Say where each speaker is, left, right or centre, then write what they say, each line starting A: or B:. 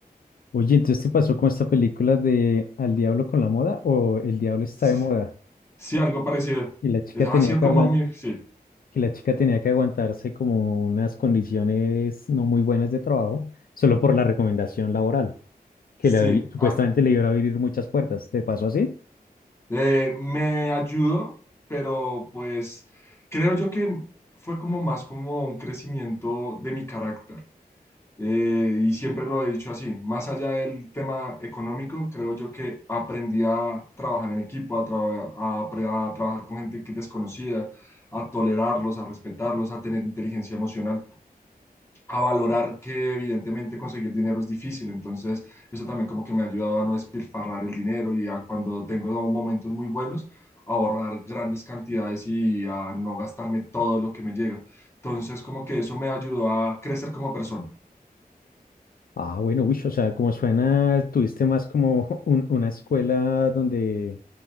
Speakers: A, on the left; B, on the left.
A: Oye, entonces te pasó con esta película de Al diablo con la moda o El diablo está
B: Sí,
A: de moda
B: sí, algo parecido.
A: y la chica
B: Es- Ha
A: tenía
B: sido
A: que
B: como
A: aguan-
B: mi, sí,
A: que la chica tenía que aguantarse como unas condiciones no muy buenas de trabajo solo por la recomendación laboral que
B: sí.
A: le abri- supuestamente
B: ah,
A: le iba a abrir muchas puertas. ¿Te pasó así?
B: Eh, me ayudó, pero pues creo yo que fue como más como un crecimiento de mi carácter. Eh, y siempre lo he dicho así, más allá del tema económico, creo yo que aprendí a trabajar en equipo, a, traba- a apre- a trabajar con gente que es desconocida, a tolerarlos, a respetarlos, a tener inteligencia emocional a valorar que evidentemente conseguir dinero es difícil, entonces eso también como que me ha ayudado a no despilfarrar el dinero y a cuando tengo momentos muy buenos, ahorrar grandes cantidades y a no gastarme todo lo que me llega. Entonces como que eso me ayudó a crecer como persona.
A: Ah, bueno, uy, o sea, como suena, tuviste más como <laughs> un- una escuela donde,